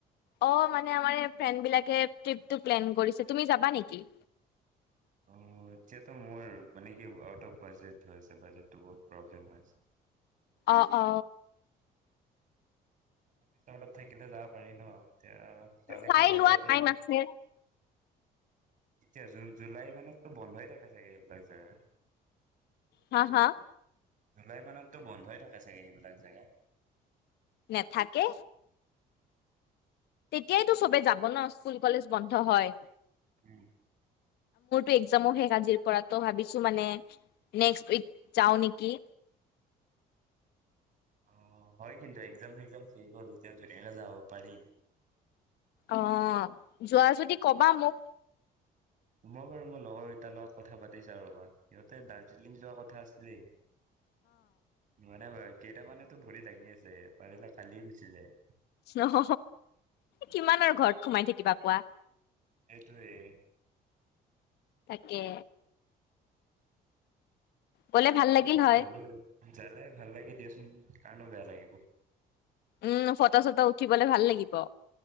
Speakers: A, on the left; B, on the right.
A: অ মানেমাৰ ফ্ৰেড বিকেপ্লেন কৰি তুমি যাবা নেকি
B: অ এতিয়াতো মোৰ মানে কি আউট অফ বাজেট হৈছে বাজেটটো বহুত প্ৰব্লেম হৈছে
A: অ অ
B: তাৰপিছত অলপ থাকিলে যাব পাৰি ন তি তালেকেই
A: চাই
B: গ'লটো
A: লোৱা টাইম
B: তুমি
A: আছে
B: এতিয়া জুন জুলাই মানততো বন্ধই থাকে চাগে এইবিলাক জেগা
A: হা হা
B: জুলাই মানততো বন্ধই থাকে চাগে সেইবিলাক জেগা
A: নেথাকে। তেতিয়াইতো চবে যাব ন স্কুল কলেজ বন্ধ হয়।
B: উম
A: এক্সামো শেষ আজিৰ পৰা ত ভাবিছো মানে নেক্সট উইক যাওঁ নেকি
B: অ হয় কিন্তু এক্জাম চ্জাম শেষ হলো তেওঁ ধুনীয়াকে যাব পাৰি
A: অ যোৱা যদি কবা মোক
B: মই বাৰু মোৰ লগৰকেইটাৰ লগত কথা পাতিছা ৰ'বা সিহঁতে দাৰ্জিলিং যোৱাৰ কথা আছিলেই। ম মনে ভ কেইটামানো ভৰি দাঙি আছে পাৰিলে খালি গুচি যায়
A: নহ কিমান আৰু ঘৰত সোমাই থাকি কিবা কোৱা।
B: এইটোৱেই
A: তকে গলে
B: যাব
A: ভাল লাগিল
B: পাৰিলে
A: হয়
B: ভালো হয় জালে ভাল লাগে দিয়াচোন কাৰণো বেয়া লাগিব
A: উম ফটা চটা উঠিবলে ভাল লাগিব।